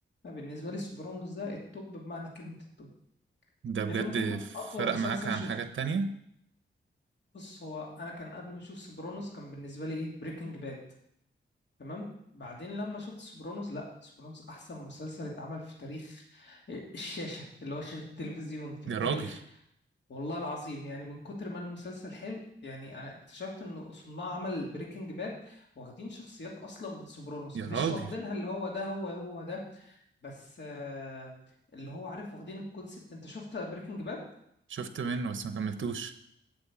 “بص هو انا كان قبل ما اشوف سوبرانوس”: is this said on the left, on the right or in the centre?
Left